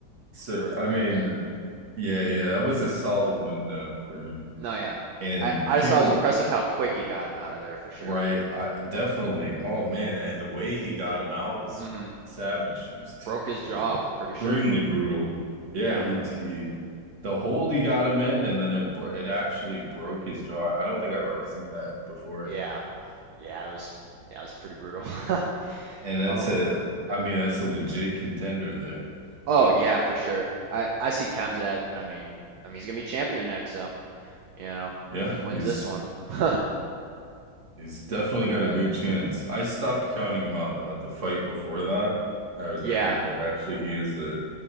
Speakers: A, on the right; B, on the right.
A: So
B: for
A: I mean,
B: Kamzat.
A: yeah, yeah, that was a solid win though for him.
B: No, yeah.
A: And
B: I I
A: people,
B: just thought it was impressive how quick he got him out of there for sure.
A: Right, I definitely. Oh man, and the way he got him out was
B: hmm
A: savage. It was t-
B: Broke
A: it
B: his jaw,
A: was extremely
B: pretty sure.
A: brutal. Yeah,
B: Yeah.
A: he he the hold he got him in and then it bro- it actually broke his jaw. I don't think I've ever seen that before.
B: Yeah. Yeah, it was yeah, it was pretty brutal. <laughs>
A: And that's
B: Um
A: a I mean that's a legit contender there.
B: Oh
A: So,
B: yeah, for sure. I I see Kem's I mean, I mean he's gonna be champion next, so you know
A: yeah,
B: if he wins
A: he's
B: this one. <laughs>
A: he's definitely got
B: Yep.
A: a good chance. I stopped counting him out uh, the fight before that. I was
B: Yeah,
A: like, okay, actually he is a